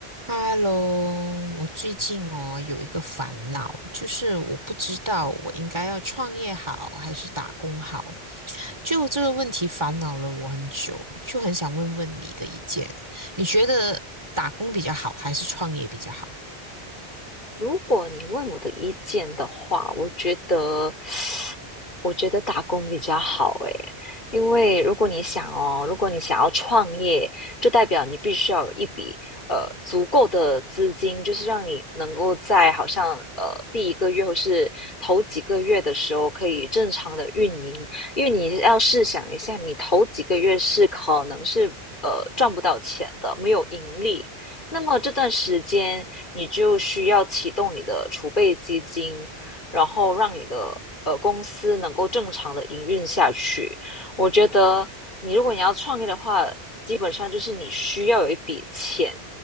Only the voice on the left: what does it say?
如果你问我的意见的话，我觉得我觉得打工比较好诶，因为如果你想哦，如果你想要创业，就代表你必须要有一笔呃足够的资金，就是让你能够在好像呃第一个月或是头几个月的时候可以正常的运营，因为你要试想一下，你头几个月是可能是呃赚不到钱的，没有盈利。那么这段时间，你就需要启动你的储备基金，然后让你的呃公司能够正常的营运下去。我觉得你如果你要创业的话，基本上就是你需要有一笔钱。